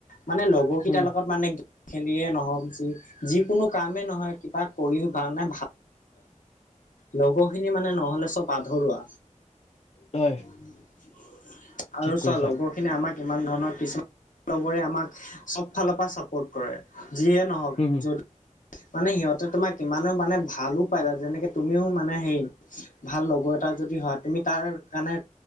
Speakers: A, on the left (about 75°); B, on the left (about 55°).
A: মানে লগৰ কেইটাৰ
B: উম
A: লগত মানে খেলিয়ে নহক যি যিকোনো কামেই নহয় কিবা কৰি ভাল নে ভাল লগৰখিনি মানে নহ'লে চব আধৰুৱা।
B: হয়
A: আৰু
B: ঠিক কৈছা
A: চোৱা লগৰ খিনি আমাক ইমান ধৰণৰ কিছুমান লগৰে আমাক চব ফালৰ পৰা চাপোৰ্ট কৰে। যিহে নহওক
B: উম
A: যদি। মানে সিহঁতে তোমাক ইমানো মানে ভালো পায় যেনেকে তুমিও মানে হেৰি ভাল লগৰ এটা যদি হয় তুমি তাৰ কাৰণে